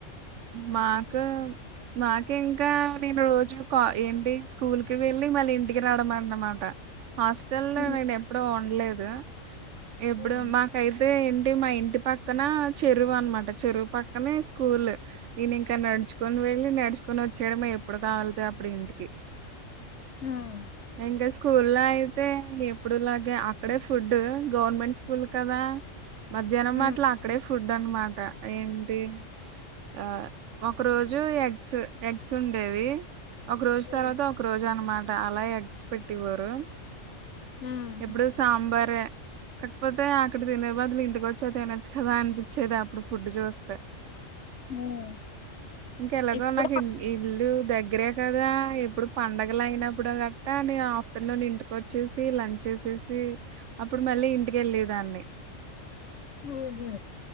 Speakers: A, on the right; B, on the left.
A: మాకు నాకు ఇంకా నేను రోజు ఏంటి స్కూల్ కి వెళ్ళి మళ్ళీ ఇంటికి రావడమన్నమాట హాస్టల్ లో
B: హ్మ్.
A: నేను ఎప్పుడు ఉండలేదు ఎప్పుడు
B: హ్మ్.
A: మాకు అయితే ఏంటి మా ఇంటి పక్కన చెరువు అనమాట చెరువు పక్కనే స్కూల్ నేను ఇంకా నడుచుకొని వెళ్ళి నడుచుకొని వచ్చేయడమే ఎప్పుడు కావాలతె అప్పుడు ఇంటికి
B: హ్మ్.
A: అ ఇంకా స్కూల్ లో అయితే ఎప్పుడులాగే అక్కడే ఫుడ్ గవర్నమెంట్ స్కూల్ కదా మధ్యాహ్నం
B: హ్మ్.
A: మాట్ల అక్కడే ఫుడ్ అనమాట ఏంటి ఆ ఒక రోజు ఎగ్స్ ఎగ్స్ ఉండేవి ఒక రోజు
B: హ్మ్.
A: తర్వాత
B: హ్మ్.
A: ఒక ఒకరోజు అనమాట అలా ఎగ్స్ పెట్టివారు
B: హ్మ్.
A: ఎప్పుడు సాంబార్ ఏ కాకపోతే అక్కడ తినే బదులు ఇంటికి వచ్చి తినొచ్చు కదా అనిపించేది అప్పుడు ఫుడ్ చూస్తే
B: హ్మ్.
A: ఇంకా ఎలాగో
B: ఇప్పుడు
A: నాకు ఇంటి ఇల్లు దగ్గరే కదా ఎప్పుడు పండగలు అయినప్పుడు గట్ట్రా నే ఆఫ్ నేను ఇంటికొచ్చేసి లంచ్ చేసేసి అప్పుడు మళ్ళీ ఇంటికి వెళ్ళే దాన్ని
B: ఉహు